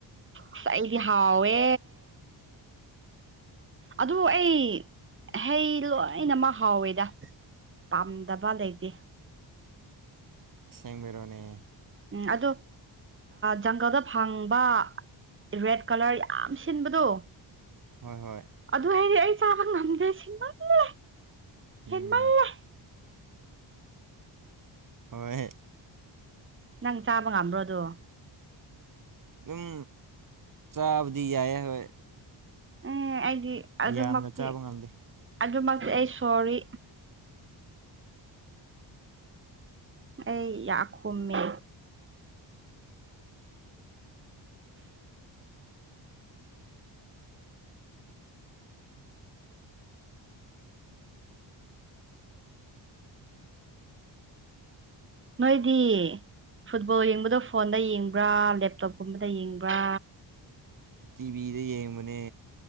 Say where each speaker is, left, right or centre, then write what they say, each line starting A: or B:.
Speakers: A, on the right (about 25°); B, on the right (about 45°).
A: ꯑꯁ ꯑꯩꯗꯤ ꯍꯥꯎꯋꯦ ꯑꯗꯨ ꯑꯩ ꯍꯩ ꯂꯣꯏꯅꯃꯛ ꯍꯥꯎꯋꯦꯗ ꯄꯥꯝꯗꯕ ꯂꯩꯇꯦ
B: ꯑꯁꯦꯡꯕꯩꯔꯣꯅꯦ
A: ꯎꯝ ꯑꯗꯣ ꯖꯪꯒꯜꯗ ꯐꯪꯕ ꯔꯦꯠ ꯀꯂꯔ ꯌꯥꯝ ꯁꯤꯟꯕꯗꯣ
B: ꯍꯣꯏ ꯍꯣꯏ
A: ꯑꯗꯨ ꯍꯥꯏꯗꯤ ꯑꯩ ꯆꯥꯕ ꯉꯝꯗꯦ ꯁꯤꯟꯃꯜꯂꯦ
B: ꯎꯝ
A: ꯍꯦꯃꯜꯂꯦ
B: ꯍꯣꯏ
A: ꯅꯪ ꯆꯥꯕ ꯉꯥꯝꯕ꯭ꯔꯣꯗꯣ
B: ꯑꯗꯨꯝ ꯆꯥꯕꯗꯤ ꯌꯥꯏꯑꯦ ꯍꯣꯏ
A: ꯎ ꯑꯩꯗꯤ
B: ꯌꯥꯝꯅ
A: ꯑꯗꯨꯃꯛꯇꯤ
B: ꯆꯥꯕ ꯉꯝꯗꯦ
A: ꯑꯗꯨꯃꯛꯇꯤ ꯑꯩ ꯁꯣꯔꯤ ꯑꯩ ꯌꯥꯈꯨꯝꯃꯦ ꯃꯣꯏꯗꯤ ꯐꯨꯠꯕꯣꯜ ꯌꯦꯡꯕꯗꯣ ꯐꯣꯟꯗ ꯌꯦꯡꯕ꯭ꯔꯥ ꯂꯦꯞꯇꯣꯞꯀꯨꯝꯕꯗ ꯌꯦꯡꯕ꯭ꯔꯥ
B: ꯇꯤꯚꯤꯗ ꯌꯦꯡꯕꯅꯦ